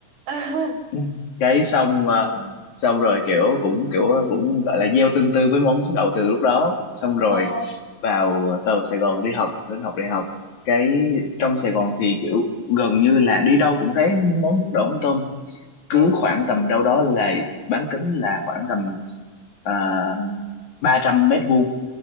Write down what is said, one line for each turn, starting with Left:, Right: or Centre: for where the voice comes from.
Right: ừ <laughs>
Left: Ừ. cái xong mà xong rồi kiểu cũng kiểu cũng gọi là gieo tương tư với món đậu từ lúc đó xong rồi
Right: ờ
Left: vào vào Sài Gòn đi học đến học đại học cái trong Sài Gòn thì kiểu gần như là đi đâu cũng thấy món bún đậu mắm tôm cứ
Right: ừ
Left: khoảng tầm đâu đó là bán kính là khoảng tầm uh, 300 mét vuông